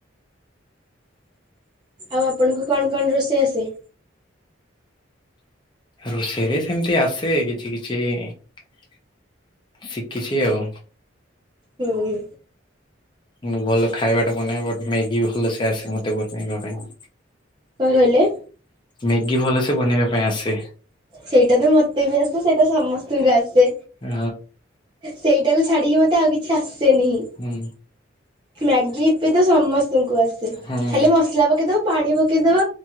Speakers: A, on the right; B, on the left.
A: ଆଉ ଆପଣଙ୍କୁ କଣ କଣ ରୋଷଇ ଆସେ।
B: ରୋଷେଇରେ ସେମିତି ଆସେ କିଛି କିଛି । ଶିଖିଛି ଆଉ।
A: ହୁଁ
B: ମୁଁ ଭଲ ଖାଇବା ଟା ବନେଏ ବଟ ମ୍ୟାଗି ଭଲ ସେ ଆସେ ମତେ ବନେଇବା ପାଇଁ।
A: କଣ କହିଲେ?
B: ମ୍ୟାଗି ଭଲସେ ବନେଇବା ପାଇଁ ଆସେ।
A: ସେଇଟା ତ ମତେ ବି ଆସେ ସେଇଟା ସମସ୍ତଙ୍କୁ ଆସେ
B: ଅ
A: ସେଇ ଟାକୁ ଛାଡିକି ମତେ ଆଉ କିଛି ଆସେନି ହି
B: ହୁଁ
A: ମ୍ୟାଗି ଇପି ତ ସମସ୍ତଙ୍କୁ ଆସେ । ସେ
B: ହୁଁ।
A: ଖାଲି ମସଲା ପକେଇଦବ ପାଣି ପକେଇଦବ